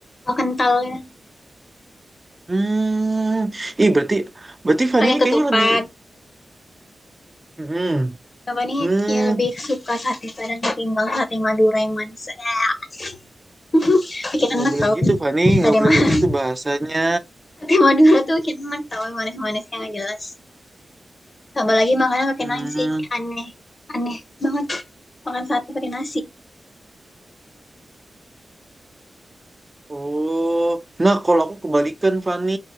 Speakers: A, on the left (about 45°); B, on the right (about 25°).
A: oh, kental ya,
B: Hmm, ih berarti berarti Fani
A: pakai
B: ini
A: ketupat.
B: kayaknya lebih hmm.
A: Apa nih?
B: Hmm,
A: Ya lebih suka sate Padang ketimbang sate Madura yang manis. Eh, <laughs> Bikin
B: ih nggak
A: enak
B: boleh
A: tau
B: gitu Fani,
A: sate
B: nggak boleh
A: Madura.
B: kayak
A: <laughs>
B: gitu bahasanya.
A: Sate Madura tuh bikin enak tau manis-manisnya nggak jelas. Tambah lagi makanan pakai
B: Hmm.
A: nasi, kayak aneh, aneh banget makan sate pakai nasi.
B: Oh, nah kalau aku kebalikan Fani,